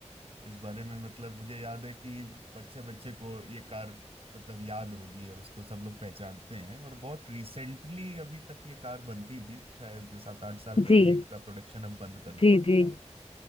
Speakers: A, on the right (about 55°); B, on the left (about 50°).
A: इस बारे में मतलब मुझे याद है कि बच्चे बच्चे को ये कार मतलब याद होगी और इसको सब लोग पहचानते हैं और बहुत रिसेंटली अभी तक ये कार बनती थी शायद सात आठ साल
B: जी
A: पहले इनका प्रोडक्शन अब बंद कर दिया
B: जी जी
A: गया है